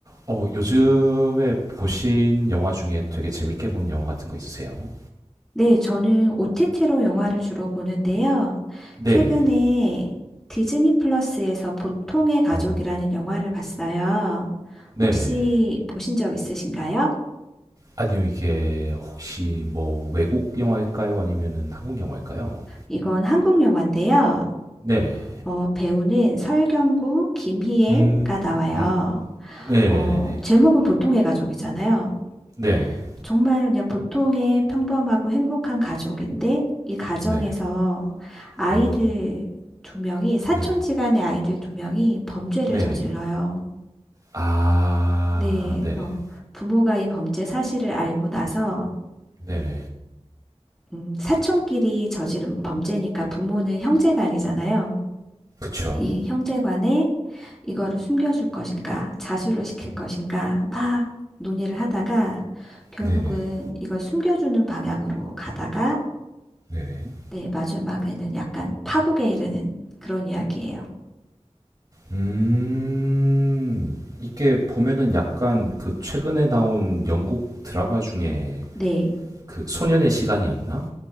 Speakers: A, on the right; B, in the centre.
A: 어, 요즘에 보신 영화 중에 되게 재밌게 본 영화 같은 거 있으세요?
B: 네, 저는 OTT로 영화를 주로 보는데요.
A: 네네.
B: 최근에 디즈니 플러스에서 보통의 가족이라는
A: 어,
B: 영화를 봤어요.
A: 네네.
B: 혹시 보신 적 있으신가요?
A: 아니요, 이게 혹시 뭐 외국 영화일까요? 아니면은 한국 영화일까요?
B: 이건 한국 영화인데요.
A: 네네.
B: 어, 배우는 설경구, 김희애가
A: 음,
B: 나와요.
A: 음, 네네네네.
B: 어, 제목은 보통의 가족이잖아요.
A: 네네.
B: 정말 그냥 보통의 평범하고 행복한 가족인데 이 가정에서
A: 네네.
B: 아이들
A: 음,
B: 두 명이 사촌지간의
A: 네네.
B: 아이들 두 명이 범죄를
A: 네네.
B: 저질러요.
A: 아,
B: 네,
A: 네네.
B: 그래서 부모가 이 범죄 사실을 알고 나서
A: 네네.
B: 음, 사촌끼리 저지른 범죄니까 부모는 형제간이잖아요.
A: 그쵸?
B: 이 형제간에 이거를 숨겨줄 것인가, 자수를 시킬 것인가 막 논의를 하다가 결국은
A: 네네.
B: 이걸 숨겨주는 방향으로 가다가
A: 네네.
B: 네, 마지막에는 약간 파국에 이르는 그런 이야기예요.
A: 음, 이게 보면은 약간 그 최근에 나온 영국 드라마 중에
B: 네.
A: 그 소년의 시간이었나?